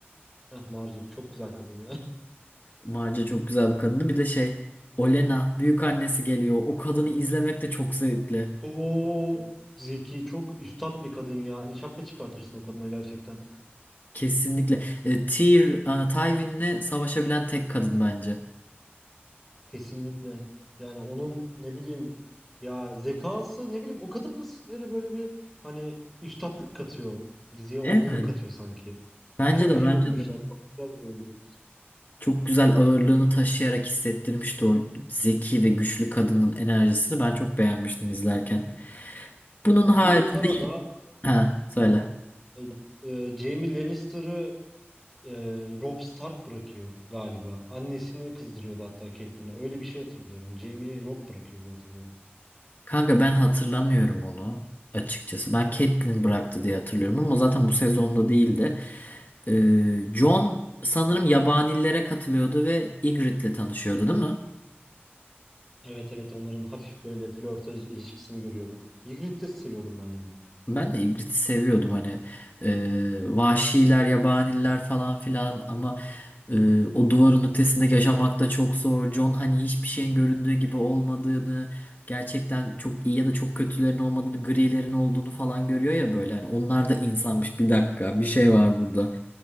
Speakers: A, in the centre; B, on the left.
A: Heh, Margaery çok güzel kadın ya. <laughs>
B: Marca çok güzel bir kadındı. Bir de şey Olena büyük annesi geliyor. O kadını izlemek de çok zevkli.
A: Çok zeki, çok üstat bir kadın ya. Hani şapka çıkartırsın o kadına gerçekten.
B: Kesinlikle. E, Tyr, e, Tywin'le savaşabilen tek kadın bence.
A: Kesinlikle. Yani onun ne bileyim ya zekası ne bileyim o kadın sizlere böyle bir hani üstatlık katıyor. Diziye olgunluk
B: Evet.
A: katıyor sanki
B: Bence
A: Çok
B: de
A: iyi
B: bence
A: bulmuşlar.
B: de.
A: Çok güzel bir oyuncu.
B: Çok güzel ağırlığını taşıyarak hissettirmişti o zeki ve güçlü kadının enerjisini. Ben çok beğenmiştim izlerken. Bunun haricinde...
A: Bu arada
B: Ha, söyle.
A: e, e, Jaime Lannister'ı e, Robb Stark bırakıyor galiba. Annesini kızdırıyordu hatta Catelyn'e. Öyle bir şey hatırlıyorum. Jaime'yi Robb bırakıyor diye hatırlıyorum.
B: Kanka ben hatırlamıyorum onu açıkçası. Ben Catelyn bıraktı diye hatırlıyorum ama zaten bu sezonda değildi. Ee, Jon sanırım yabanillere katılıyordu ve Ygritte'le tanışıyordu değil mi?
A: Evet evet onların hafif böyle flörtöz ilişkisini görüyorduk. Ygritte'i de seviyordum ben yani.
B: Ben de Ygritte'i seviyordum hani Ee, vahşiler, yabaniller falan filan ama Ee, o duvarın ötesinde yaşamak da çok zor. John hani hiçbir şeyin göründüğü gibi olmadığını, gerçekten çok iyi ya da çok kötülerin olmadığını, grilerin olduğunu falan görüyor ya böyle. Hani onlar da insanmış bir dakika bir şey var burada